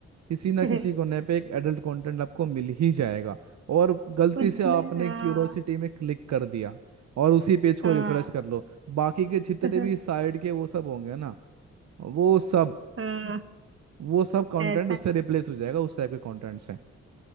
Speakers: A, on the right; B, on the right.
A: किसी ना
B: <laughs>
A: किसी कोने पे एक एडल्ट कंटेंट आपको मिल ही जाएगा और गलती
B: कुछ
A: से आपने
B: में हाँ
A: क्यूरोसिटी में क्लिक कर दिया और उसी पेज को
B: हाँ
A: रिफ्रेश कर लो बाकी के जितने
B: <laughs>
A: भी साइड के वो सब होंगे ना वो सब
B: हाँ
A: वो सब कंटेंट
B: ऐसा
A: उससे रिप्लेस हो जाएगा उस टाइप के कंटेंट से